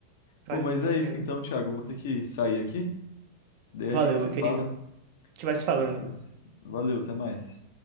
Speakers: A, on the right (about 45°); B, on the left (about 55°).
A: Vale
B: Pô, mas
A: muito
B: é
A: a pena.
B: isso então, Thiago. Vou ter que sair aqui. Daí
A: Valeu,
B: a gente se
A: meu
B: fala.
A: querido. A gente vai se falando.
B: Beleza? Valeu, até mais.